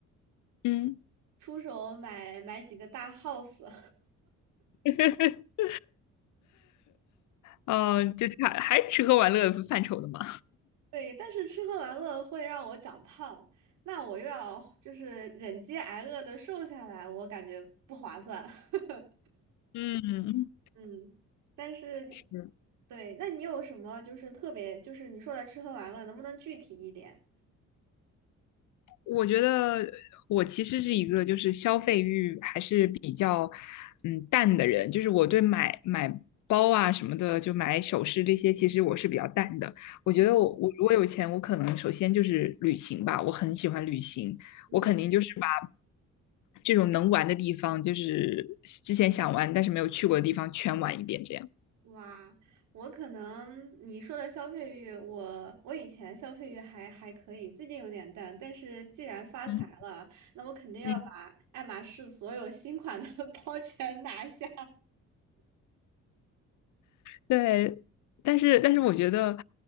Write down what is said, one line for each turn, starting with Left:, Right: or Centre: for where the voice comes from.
Left: <laughs> 嗯
Right: 出手买买几个大 house。<laughs>
Left: <laughs> 哦，就是还还吃喝玩乐范畴的嘛。
Right: 对，但是吃喝玩乐会让我长胖，那我又要就是忍饥挨饿的瘦下来，我感觉不划算。<laughs>
Left: 嗯，
Right: 嗯，但是
Left: <laughs> 是
Right: 对，那你有什么就是特别就是你说的吃喝玩乐，能不能具体一点？
Left: 我觉得我其实是一个就是消费欲还是比较嗯淡的人，就是我对买买包啊什么的，就买首饰这些，其实我是比较淡的。我觉得我我如果有钱，
Right: 嗯
Left: 我可能首先就是旅行吧，我很喜欢旅行，
Right: 嗯
Left: 我肯定就是把这种能玩的地方，就是之前想玩但是没有去过的地方全玩一遍，这样。
Right: 哇，我可能你说的消费欲，我我以前消费欲还还可以，最近有点淡。但是既然发财了，
Left: 嗯
Right: 那我肯定要把爱马仕所有新款的
Left: 嗯，
Right: <laughs> 包全拿下。
Left: 对，但是但是我觉得，